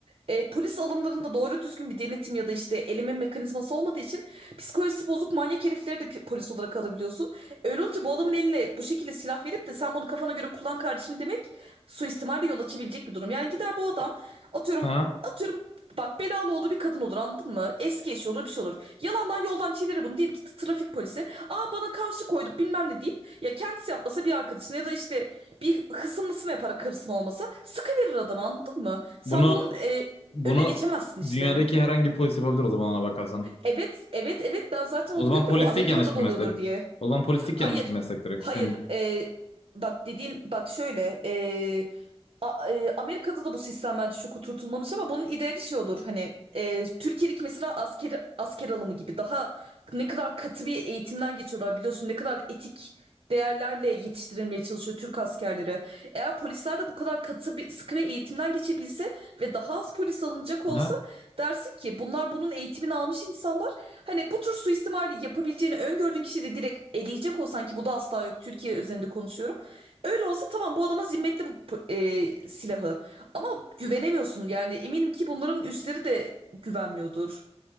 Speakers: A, on the right; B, on the left.
A: e, polis alımlarında doğru düzgün bir denetim ya da işte eleme mekanizması olmadığı için psikolojisi bozuk manyak herifleri de pi- polis olarak alabiliyorsun. Öyle olunca bu adamın eline bu şekilde silah verip de sen bunu kafana göre kullan kardeşim demek suistimale yol açabilecek bir durum. Yani gider bu adam atıyorum
B: Aha.
A: atıyorum bak belalı olduğu bir kadın olur anladın mı? Eski eşi olur bir şey olur. Yalandan yoldan çevirir bunu deyip ki trafik polisi aa bana karşı koydu bilmem ne deyip ya kendisi yapmasa bir arkadaşına ya da işte bir hısımlısına yaparak karısına olmasa sıkıverir adamı anladın mı? Sen
B: Bunu
A: bunun e,
B: bunu
A: önüne geçemezsin işte.
B: dünyadaki herhangi bir polis yapabilir o zaman ona bakarsan.
A: Evet evet evet ben zaten
B: O
A: onu
B: zaman
A: diyorum
B: polislik
A: ya bu Amerika'da
B: yanlış bir
A: da oluyordur
B: meslek.
A: diye.
B: O zaman polislik
A: Hayır
B: yanlış bir meslek direkt
A: hayır
B: senin bu.
A: e, bak dediğin bak şöyle e, A- e, Amerika'da da bu sistem bence çok oturtulmamış ama bunun ideali şey olur hani e, Türkiye'deki mesela asker asker alımı gibi daha ne kadar katı bir eğitimden geçiyorlar biliyorsun ne kadar etik değerlerle yetiştirilmeye çalışıyor Türk askerleri. Eğer polisler de bu kadar katı bir sıkı bir eğitimden geçebilse ve daha az polis alınacak olsa
B: Aha.
A: dersin ki bunlar bunun eğitimini almış insanlar hani bu tür suistimali yapabileceğini öngördüğün kişiyi de direkt eleyecek olsan ki bu da asla yok Türkiye üzerinde konuşuyorum. Öyle olsa tamam bu adama zimmetli bu po- e, silahı. Ama güvenemiyorsun yani eminim ki bunların üstleri de güvenmiyordur.